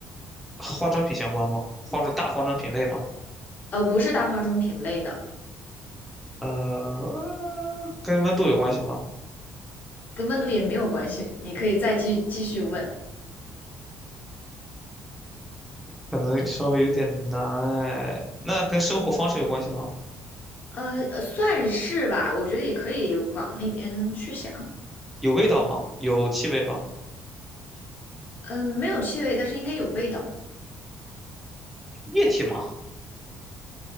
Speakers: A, in the centre; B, on the left (about 35°).
A: 和化妆品相关吗？化妆大化妆品类吗？
B: 呃，不是大化妆品类的，
A: 呃，跟温度有关系吗？
B: 跟温度也没有关系。你可以再继继续问，
A: 可能稍微有点难哎。那跟生活方式有关系吗？
B: 呃，呃算是吧，我觉得也可以往那边去想。
A: 有味道吗？有气味吗？
B: 嗯、没有气味，但是应该有味道。
A: 液体吗？